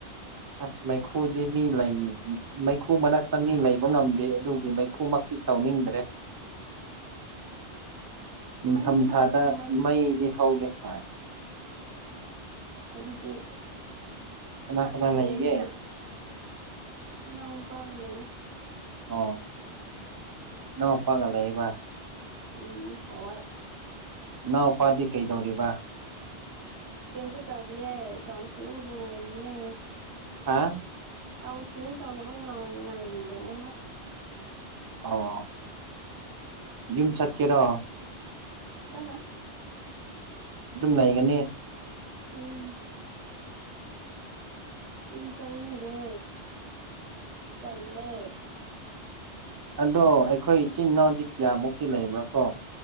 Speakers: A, on the right (about 35°); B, on the right (about 75°).
A: ꯑꯁ ꯃꯩꯈꯨꯗꯤ ꯃꯤ ꯂꯩ ꯃꯩꯈꯨ ꯃꯅꯥꯛꯇ ꯃꯤ ꯂꯩꯕ ꯉꯝꯗꯦ ꯑꯗꯨꯒꯤ ꯃꯩꯈꯨ ꯇꯧꯅꯤꯡꯗ꯭ꯔꯦ ꯅꯤꯡꯊꯝ
B: ꯃꯩ ꯍꯧꯔꯦ
A: ꯊꯥꯗ
B: ꯃꯩ
A: ꯃꯩꯗꯤ ꯍꯧꯒꯦ ꯍꯥꯏ
B: ꯍꯧꯖꯤꯛꯇꯤ
A: ꯀꯅꯥ
B: ꯁꯀꯥꯂꯦꯟꯅꯤꯅ
A: ꯀꯅꯥ ꯂꯩꯒꯦ
B: ꯏꯅꯥꯎꯄꯥꯒ ꯂꯩꯌꯦ
A: ꯑꯣ ꯏꯅꯧꯄꯒꯂꯩꯌꯦꯕ
B: ꯏ ꯍꯣꯏ
A: ꯅꯥꯎꯄꯥꯗꯤ ꯀꯩꯗꯧꯔꯤꯕ
B: ꯀꯦꯝꯇ ꯇꯧꯥꯗꯤꯑꯦ ꯀꯥꯎꯟꯁ꯭ꯂꯤꯡꯒꯤ ꯉꯥꯏꯔꯤꯌꯦ
A: ꯍꯥ
B: ꯀꯥꯎꯟꯁꯤꯂꯤꯡ ꯇꯧꯅꯕ ꯉꯥꯏꯔꯤꯕꯅꯦꯕ
A: ꯑꯣ ꯌꯨꯝ ꯆꯠꯀꯦꯔꯣ
B: ꯆꯠꯂꯣꯏ
A: ꯗꯨꯝ ꯂꯩꯒꯅꯤ
B: ꯎꯝ ꯌꯨꯝ ꯆꯠꯅꯤꯡꯗꯦ ꯇꯟꯂꯦ
A: ꯑꯗꯣ ꯑꯩꯈꯣꯏ ꯏꯆꯤꯟ ꯏꯅꯥꯎꯗꯤ ꯀꯌꯥꯃꯨꯛꯇꯤ ꯂꯩꯕ꯭ꯔꯥꯀꯣ